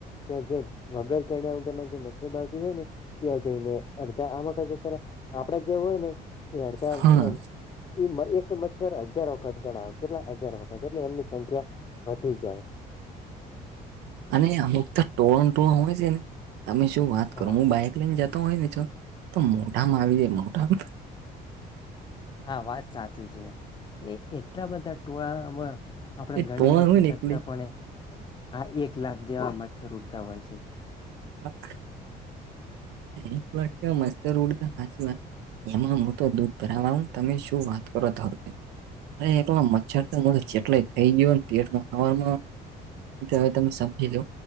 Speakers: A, on the left; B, on the right.
A: ત્યાં જે વગર કણ્યા વગર ના જે મચ્છર બાકી હોય ને ત્યાં જઈને આમાં ક અત્યારે આપણા જે હોય ને એ હડતા
B: હા
A: એ એક મચ્છર હજાર વખત ગણાવ કેટલા હજાર વખત એટલે એમની સંખ્યા વધી જાય
B: અને અમુક તો ટોળણ ટોળણ હોય છે ને તમે શું વાત
A: હા
B: કર હું બાાયક ઈને જતો હોય ને તો મોઢામાં આવી જાય મોઢામાં
A: હા વાત સાચી છે. એ એટલા બધા ટોળામાં આપણેે
B: એ ટોળણ
A: ગણી નથી
B: હોય ને
A: શકતા
B: એકલી
A: પણ એ હા એક લાખ જેવા મચ્છર ઉડતા હોય છે.
B: <inaudible> એક વાખ મચ્ચર ઉડતા હચ વાત એમાં હું તો
A: હમ,
B: દૂધ બરા હું તમે શું વાત કરો તભાઈ અરે એકલા
A: હા
B: મચ્છર તો જેટલા ખાઈ ગયો પેટમાં હવાર હવે તમે સમજી લો